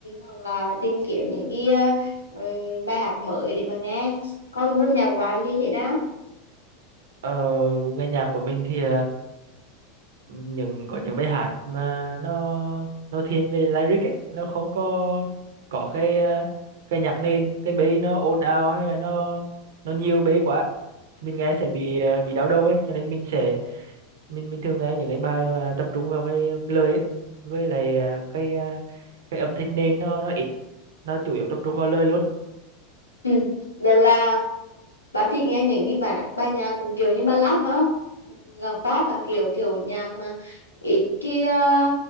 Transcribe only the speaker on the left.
hoặc là tìm kiếm những cái ờ, ừm, bài hát mới để mà nghe còn gu âm nhạc của bạn thì thế nào
Ừ.
Ừ. Vậy là bạn thích nghe những cái bài bài nhạc cũng kiểu như ballad phải không? Nhạc pop và kiểu kiểu nhạc mà ít kia ờ,